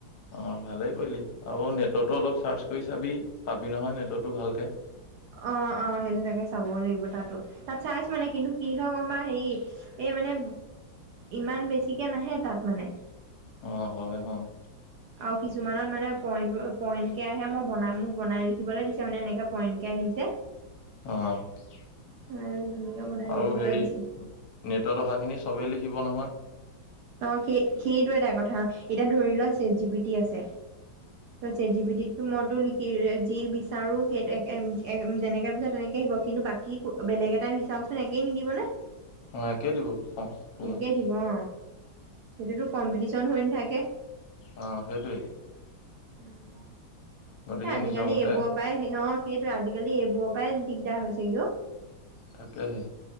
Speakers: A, on the left; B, on the right.
A: অ' ভালেই কৰিলি আৰু নেটৰ্টো অলপ চাৰ্চ কৰি চাবি পাবি নহয় নেটৱৰ্টো ভালকে।
B: অ' অ' সেইটো তাকে চাব লাগিব তাতো। তাত চাইছ মানে কিন্তু কি হয় আমাৰ হেৰি এই মানে ইমান বেছিকে নাহে তাত মানে।
A: অ', হয়, অ'।
B: আৰু কিছুমানত মানে পইণ্ট, পইণ্টকে আহে মই বনাম মোক বনাই লিখিবলৈ দিছে মানে, এনেকে পইণ্টকে আহিছে।
A: অ',
B: আৰু তেনেকে বনাই
A: আৰু
B: লিখিবলৈ
A: হেৰি
B: দিছে
A: নেটত অহাখিনি চবেই লি লিখিব নহয়।
B: অ', সেই, সেইটো এটা কথা এতিয়া ধৰি লোৱা চেত জি পিটি আছে। চেত জি পিটি টোত‌ মইতো লিখ সিৰে যি বিচাৰোঁ সেই <unintelligible> যেনেকে বিচাৰোঁ, তেনেকে আহিব কিন্তু বাকী বেলেগ এটা বিচাৰক চোন একেই নিদিব নে?
A: অ', একেই দিব অ', <unintelligible>
B: একেই দিব অ সেইটোতো কম্পিটিচন হৈ নাথাকে?
A: অঁ সেইটোৱেই
B: উম।
A: গতিকে
B: এই, আজিকালি
A: নিজৰ মতে
B: এইবোৰ পাই সিহঁত সেইটোৱে আজিকালি এইবোৰৰ পৰাই দিগদাৰ হৈছেগৈ অ'।
A: তাকেহে।